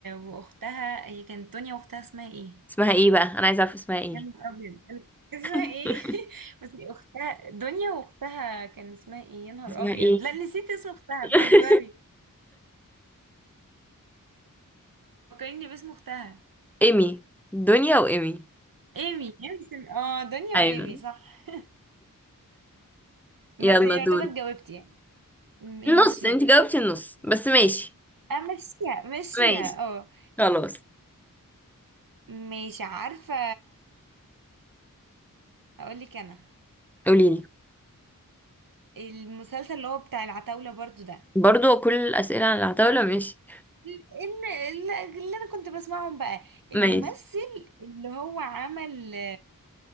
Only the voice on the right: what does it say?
واختها هي كانت دنيا واختها اسمها ايه
يا نهار ابيض أنا- اسمها
ايه <laughs> بس اختها دنيا واختها كان اسمها ايه يا نهار
ابيض
لا نسيت اسم اختها
بتهزري فكريني باسم اختها
ايمي ايمي سم- اه دنيا
وايمي صح
بس
يعتبر جاوبتي يعني ماشي
امشيها مشيها
اه
ماشي عارفة هقول لك انا
المسلسل اللي هو بتاع العتاولة برضو ده
اللي, اللي انا كنت بسمعهم بقى الممثل
اللي هو عمل